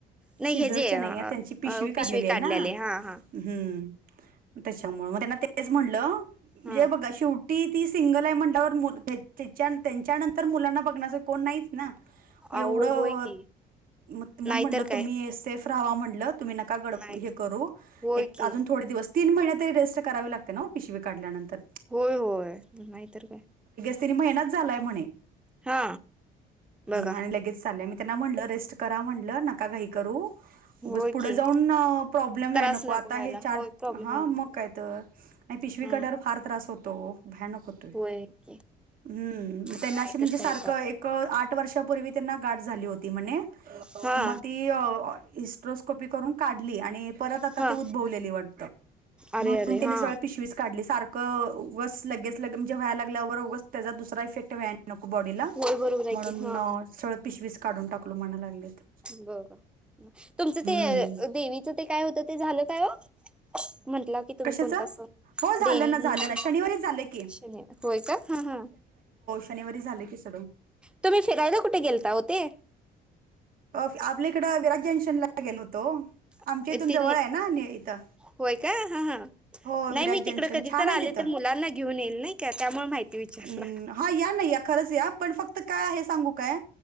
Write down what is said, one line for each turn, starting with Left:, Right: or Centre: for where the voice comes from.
Centre: नाही
Right: शिजरचे
Centre: हे जे अ,
Right: नाहीये, त्यांची पिशवी
Centre: अ,
Right: काढलेली आहे
Centre: काढल्याले
Right: ना.
Centre: हा हा
Right: हम् त्याच्यामुळं. मग त्यांना तेच म्हटलं
Centre: हा
Right: जे हे बघा शिव टी, ती सिंगल आहे म्हणल्यावर मो त्यांच्या नंतर मुलांना बघण्याच कोण नाहीच ना. मग एवढं
Centre: अहो होय की
Right: म त म्हणून
Centre: नाहीतर
Right: म्हटलं
Centre: काय
Right: तुम्ही सेफ राव्हा म्हणलं तुम्ही नका गडब
Centre: नाही
Right: हे करू
Centre: होय
Right: एक
Centre: की
Right: त अजून थोडे दिवस तीन महिने तरी रेस्ट करावी लागते ना पिशवी काढल्यानंतर
Centre: होय, होय नाहीतर काय
Right: तरी आणि महिनाच झालाय म्हणे
Centre: हा बघा
Right: आणि लगे <unintelligible> मी त्यांना म्हणलं रेस्ट करा म्हणलं नका घाई करू
Centre: होय
Right: बस पुढे
Centre: की
Right: जाऊन प्रॉब्लेम व्हाय
Centre: त्रास
Right: नको आता
Centre: व्हायला
Right: हे चार
Centre: होय प्रॉब्लेम
Right: हा
Centre: व्हायला
Right: मग
Centre: नको
Right: काय तर आणि नाई पिशवी
Centre: हा
Right: काढल्यावर फार त्रास होतो भयानक होत
Centre: होय की
Right: हम्म
Centre: नाहीतर
Right: त्यांनाशी म्हणजे सारखं
Centre: काय बाप
Right: एक आठ वर्षापूर्वी त्यांना गाठ झाली होती म्हणे
Centre: हा
Right: म ती इस्ट्रोस्कोपी करून काढली आणि परत आता
Centre: हा
Right: ती उद्भवलेली वाटतं
Centre: अरे
Right: म्हणून
Centre: अरे
Right: त्यांनी
Centre: हा
Right: सर पिशवीच काढली सारखं उगाच लगेच लगे म्हणजे व्हाय लागल्यावर मग त्याचा दुसरा इफेक्ट व्हाय न नको बॉडीला
Centre: होय बरोबर आहे
Right: म्हणून
Centre: की हा
Right: सरळं पिशवीस काढून टाकलो म्हणाय लागलेत
Centre: बर, बर तुमचं
Right: हम्म
Centre: ते देवीच ते काय होत ते झालं काय म्हटला की तुम्ही
Right: कशाच
Centre: कोणता सण
Right: हो झालं
Centre: देवी
Right: ना झालं
Centre: शन
Right: ना शनिवारीच झालं की
Centre: होय का हा, हा
Right: शनवारी झालं की सडून
Centre: तुम्ही फिरायला कुठे गेलता ओ ते
Right: अ आपल्या इकडं विराज जंक्शनला गेलो होतो ओ आमच्या
Centre: ते
Right: इथून जवळ आहे ना इथं
Centre: होय काय हा, हा
Right: हो
Centre: नाही
Right: विराज
Centre: मी
Right: जंक्शन
Centre: तिकड कधी
Right: छान
Centre: तर
Right: आहे
Centre: आले
Right: तिथं
Centre: तर मुलांना घेऊन येईल नाही का त्यामुळे माहिती विचारलं
Right: अं, हा या ना या खरंच या पण फक्त काय आहे सांगू काय